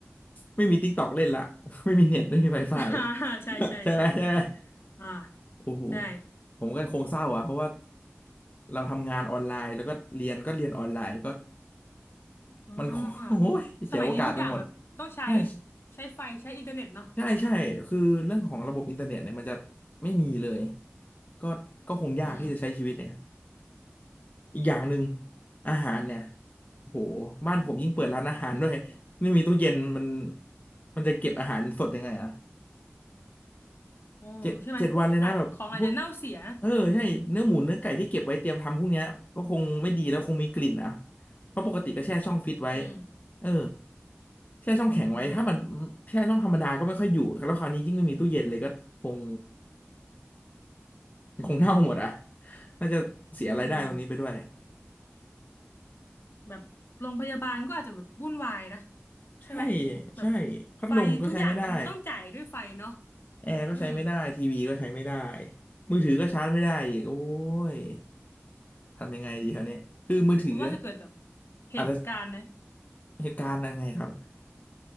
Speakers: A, on the left; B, on the left.
A: ไม่มี TikTok เล่นละ <laughs> ไม่มีเน็ตไม่มี Wi-Fi
B: <laughs>
A: <laughs>
B: ใช่ใช่ใช่
A: ใช่ไหมใช่ไหม
B: อ่า
A: โอ้โห
B: ใช่
A: ผมก็คงเศร้าอ่ะเพราะว่าเราทำงานออนไลน์แล้วก็เรียนก็เรียนออนไลน์ก็
B: อ่าสมัยนี้ทุกอย่างแบบต้องใช้
A: มัน <laughs> โคโอ้ยเจ๋วโอกาสไปหมดใช่
B: ใช้ไฟใช้อินเทอร์เน็ตเนาะ
A: ใช่ใช่คือเรื่องของระบบอินเทอร์เน็ตเนี่ยมันจะไม่มีเลยก็ก็คงยากที่จะใช้ชีวิตเนี่ย
B: อืม
A: อีกอย่างหนึ่งอาหารเนี่ยโอ้โหบ้านผมยิ่งเปิดร้านอาหารด้วยไม่มีตู้เย็นมันมันจะเก็บอาหารสดยังไงอะ
B: โอ้ใช่ไหมอาจของอาจจะเน่าเสีย
A: เจ็ดเจ็ดวันเลยนะแบบพวกเออใช่เนื้อหมูเนื้อไก่ที่เก็บไว้เตรียมทำพวกเนี้ยก็คงไม่ดีแล้วคงมีกลิ่นอ่ะเพราะปกติก็แช่ช่องฟิตไว้
B: อืม
A: เออแช่ช่องแข็งไว้ถ้ามัน
B: อืม
A: แช่ช่องธรรมดาก็ไม่ค่อยอยู่แล้วคราวนี้ยิ่งไม่มีตู้เย็นเลยก็คงคงเน่าหมดอ่ะน่าจะเสียรายได้ตรงนี้ไปด้วย
B: อืม แบบโรงพยาบาลก็อาจจะแบบวุ่นวายนะ
A: ใช่
B: ใช่ไหมแบบ
A: ใช่พัดลมก็ใช้ไม่ได้
B: ไฟทุกอย่างต้องต้องจ่ายด้วยไฟเนาะ
A: แอร์ก็ใช้ไม่ได้ทีวีก็ใช้ไม่ได้
B: อืม
A: มือถือก็ชาร์จไม่ได้อีกโอ้ยทำยังไงดีคราวเนี้ยคือมือถือ
B: คุณว่าจะเกิดแบบเหตุการณ์นะ
A: อาจจะเหตุการณ์ยังไงครับ